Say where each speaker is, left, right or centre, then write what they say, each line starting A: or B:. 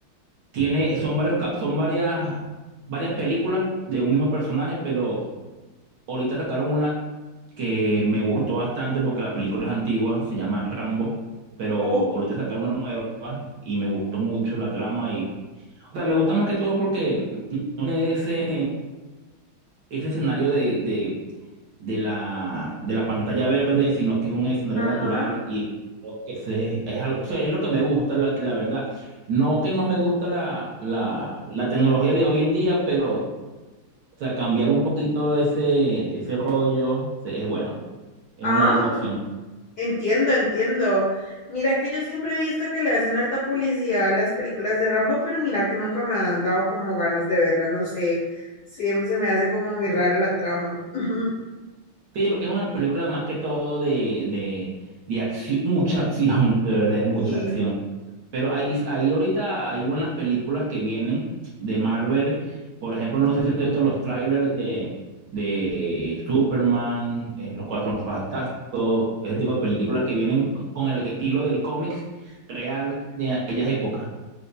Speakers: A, on the right; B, on the left.
A: tiene, son varios cap, son varias, varias películas de un mismo personaje, pero ahorita sacaron una que me gustó bastante porque la película es antigua, se llama Rambo, pero
B: Oh,
A: ahorita sacaron una nueva y me gustó mucho la trama y, o sea, me gusta más que todo porque no tiene ese ese escenario de, de, de la, de la pantalla verde, sino que es un escenario
B: ajá.
A: natural y creo que ese es, es al- o sea, es lo que me gusta, la, la verdad. No que no me gusta la, la, la tecnología de hoy en día, pero o sea, cambiar un poquito ese, ese rollo se- es bueno, es
B: Ah,
A: una buena opción.
B: entiendo, entiendo. Mira que yo siempre he visto que le hacen harta publicidad a las películas de Rambo, pero mira que nunca me han dado como ganas de verlas, no sé, sí, se me hace como muy rara la trama. <laughs>
A: Sí, porque es una película más que todo de, de, de acción, mucha acción, de verdad es mucha
B: Y
A: acción. Pero ahí, ahí ahorita hay buenas películas que vienen de Marvel. Por ejemplo, no sé si has visto los trailers de, de Superman, eh, Los Cuatro Fantásticos, ese tipo de películas que vienen con con el estilo del cómics real de aquellas épocas.